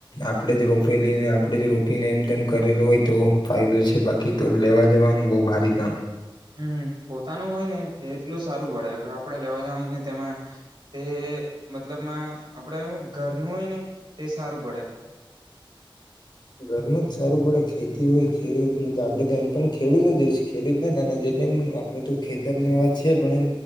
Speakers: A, on the left (about 55°); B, on the right (about 60°).
A: આપણે જ રોપેલીને આપણે જ રોપીને એમ તેમ કરેલું હોય તો ફાયદો છે બાકી તો લેવા જવાનું બહુ ભારે કામ
B: હમ, પોતાનું હોય ને તે એટલું સારું પડે આપડે લેવા જવા હોય ને તેમાં તે મતલબમાં આપડે ઘરનું હોય ને તે સારું પડે
A: ઘરનું જ સારું પડે ખેતી હોય ખેડૂતનુ તો આપડે તો એમ પણ ખેડૂતો જે ખે <unintelligible> નને જે એમ આપડે તો ખેતરની વાત છે પણ એમ